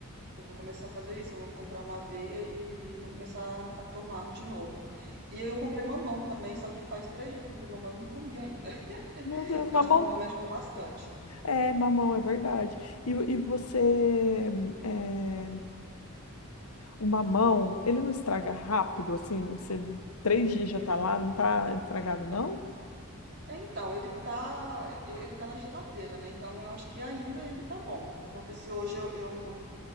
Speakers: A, on the right; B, on the left.
A: eu vou começar a fazer isso, eu vou comprar uma aveia e, e vou começar a tomar de novo. E eu comprei mamão também, só que faz três dias que eu comprei mamão e eu não comi ainda. <laughs>
B: Meu Deus,
A: Eu
B: mamão.
A: acho que o mamão me ajuda bastante.
B: É, mamão, é verdade. E, e você. é, o mamão, ele não estraga rápido, assim? Você, três dias já tá lá, não tá estragado, não?
A: É, Então, ele tá, ele tá na geladeira, né? Então eu acho que ainda ele tá bom. Eu vou ver se hoje eu, eu